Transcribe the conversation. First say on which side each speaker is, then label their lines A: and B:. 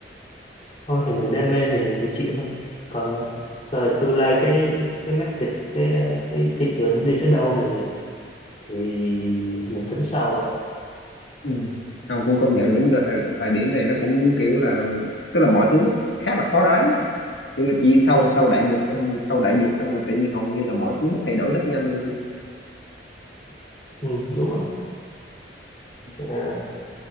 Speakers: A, on the left; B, on the left.
A: thôi thì mình đam mê thì mình phải chịu thôi còn ờ, rồi tương lai cái cái market cái ờ, cái thị trường đi tới đâu thì thì mình tính sau rồi
B: ừ. không cũng công nhận đúng là thời, thời điểm này nó cũng kiểu là tức là mọi thứ nó khá là khó đoán nhưng mà chỉ sau
A: ừ,
B: sau đại dịch xong sau đại dịch xong là tự nhiên hầu như là mọi thứ nó thay đổi rất nhanh luôn
A: ừ, đúng rồi
B: á.
A: Ờ,